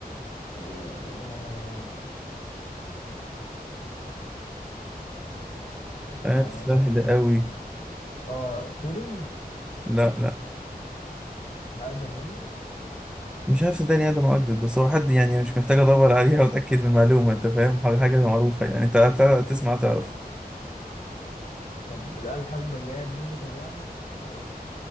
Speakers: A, on the left; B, in the centre.
A: آه، مش
B: آية
A: عارف
B: سهل قوي
A: اه تورينج
B: لا لا
A: اقدم منه
B: مش عارف صدقني ادم اجدد بس هو حد يعني مش محتاج ادور عليها واتاكد من المعلومه انت فاهم حاجه معروفه يعني انت هت- تسمع تعرف
A: طب الآلة الحاسبة اللي هي الديجيتال يعني ولا ايه